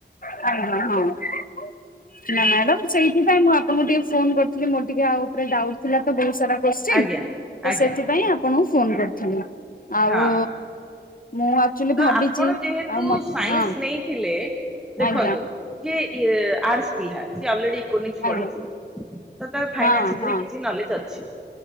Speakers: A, on the left (about 50°); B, in the centre.
A: ହୁଁ ହୁଁ ହୁଁ। ନା ମ୍ୟାଡାମ ସେଇଥିପାଇ ମୁଁ ଆପଣଙ୍କୁ ଟିକେ ଫୋନ କରିଥିଲି ମୋର ଟିକେ ଆଉ ଉପରେ ଡାଉଟ ଥିଲା ତ ବହୁ ସାରା କୋଶ୍ଚିନ
B: ଆଜ୍ଞା
A: ତ
B: ଆଜ୍ଞା
A: ସେଥିପାଇଁ ଆପଣଙ୍କୁ ଫୋନ କରିଥିଲି। ଆଉ
B: ହଁ
A: ମୁଁ ଆକ୍ଚୁଆଲି
B: ତ
A: ଭାବିଛି
B: ଆପଣ ଯେହେତୁ
A: ଆଉ ମ
B: ସାଇନ୍ସ
A: ହଁ
B: ନେଇଥିଲେ ଦେଖନ୍ତୁ
A: ଆଜ୍ଞା
B: ଯେ ଇଏ ଆର୍ଟସ ପିଲା ସିଏ ଅଲରେଡି
A: ଆଜ୍ଞା
B: ପଢି ତ ତ ଫାଇନାନ୍ସ
A: ହଁ
B: ଉପରେ
A: ହଁ
B: କିଛି ନଲେଜ ଅଛି।